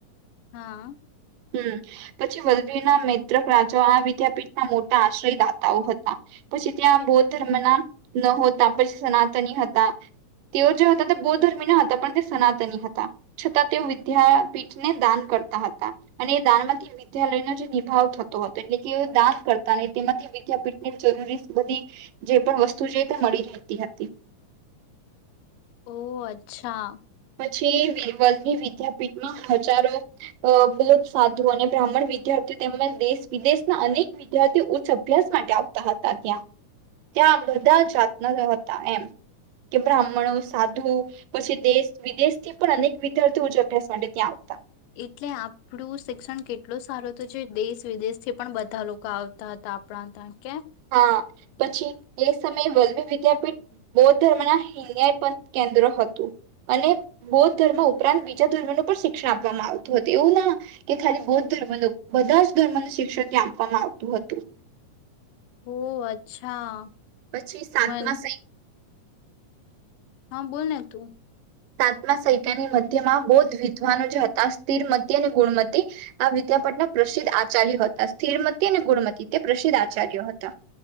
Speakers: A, on the left (about 85°); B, on the right (about 85°).
A: હા.
B: હ પછી વલભીરના મેત્રક રાજા આ વિદ્યાપીઠના મોટા આશ્રય દાતાઓ હતા, પછી ત્યાં બૌદ્ધ ધર્મના ન હોતા પછી સનાતની હતા તેઓ જે હતા તે બૌદ્ધ ધર્મ ના હતા પણ તે સનાતની હતા છતાં તેઓ વિદ્યાપીઠને દાન કરતા હતા. અને એ દાન માંથી વિદ્યાલયનો જે નિભાવ થતો હતો, એટલે કે દાન કરતા નહી તેમાંથી વિદ્યાપીઠની જરૂરી બધી જે પણ વસ્તુ છે તે મળી રહેતી હતી.
A: ઓહ અચ્છા.
B: પછીની વિદ્યાપીઠમાં હજારો બૌદ્ધ સાધુ અને બ્રાહ્મણ વિદ્યાર્થીઓ તેમજ દેશ વિદેશના અનેક વિદ્યાર્થીઓ ઉચ્ચ અભ્યાસ માટે આવતા હતા ત્યાં ત્યાં બધા જાતના હતા એમ કે બ્રાહ્મણો સાધુ પછી દેશ વિદેશથી પણ અનેક વિદ્યાર્થીઓ ઉ્ચ અભ્યાસ માટે ત્યાં આવતા.
A: એટલે આપણું શિક્ષણ કેટલું સારું હત જે દેશ વિદેશથી પણ બધા લોકો આવતા હતા આપણા ત્યા કે
B: હા પછી એ સમયે વલ્ભી વિદ્યાપીઠ બૌદ્ધ ધર્મના હિન્યાયપ કેન્દ્ર હતું અને બૌદ્ધ ધર્મ ઉપરાંત બીજા ધર્મનું પણ શિક્ષણ આપવામાં આવતું હતું એવું ના કે ખાલી બૌદ્ધ ધર્મનું બધા જ ધર્મનું શિક્ષણ ત્યાં આપવામાં આવતું હતું.
A: હો અચ્છા.
B: પછી સાતમા
A: મન
B: સહી
A: હા બોલને તું
B: સાતમા સૈકાની મધ્યમાં બૌદ્ધ વિદ્વાનો જ હતા સ્થિરમતી અને ગુણમતી આ વિદ્યાપઠના પ્રસિદ્ધ આચાર્ય હતા. સ્થિરમતી અને ગુણમતી તે પ્રસિદ્ધ આચાર્ય હતા.